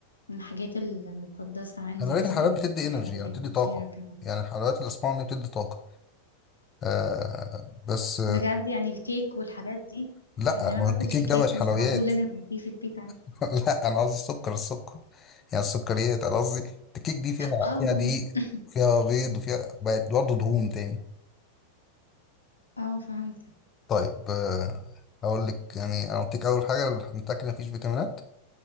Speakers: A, on the left; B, on the left.
A: من الحاجات المقدسة عندي
B: خلي بالك
A: لازم
B: الحلويات بتدي
A: اكل
B: انرجي
A: حلويات
B: يعني بتدي
A: كتيرة
B: طاقه
A: كمان
B: يعني الحلويات اللي اسمعها ان هي بتدي طاقه آه بس
A: بجد يعني الكيك والحاجات دي
B: لا
A: يعني انا
B: ما
A: باكل
B: هو انت كيك
A: كيكات
B: ده مش حلويات
A: مثلا على طول لازم يبقى في في البيت عندي
B: <laughs> لا انا قصدي السكر السكر يعني السكريات انا قصدي الكيك دي فيها
A: اه
B: فيها دقيق
A: <laughs>
B: فيها بيض وفيها بقت برضه دهون تاني
A: اه فهمت
B: طيب آه، اقول لك يعني انا قلت لك اول حاجه نتاكد مفيش فيتامينات